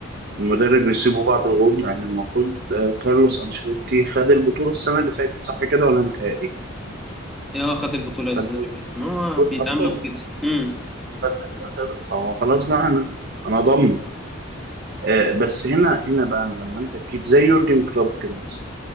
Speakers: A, on the right (about 50°); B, in the centre.
A: المدرب يسيبوا بعض الغول لأن المفروض آه، كارلوس أنشيلوتي خد البطولة السنة اللي فاتت صح كده ولا متهيألي؟
B: ايه هو خد البطوله السنه
A: خد البطولة
B: اللي فاتت ما هو بيتعاملوا
A: الأبطال
B: بكده امم
A: خد البطولة. فهو خلاص بقى أنا أنا ضامن آه، بس هنا هنا بقى لما أنت تجيب زي يورجن كلوب كده مثلا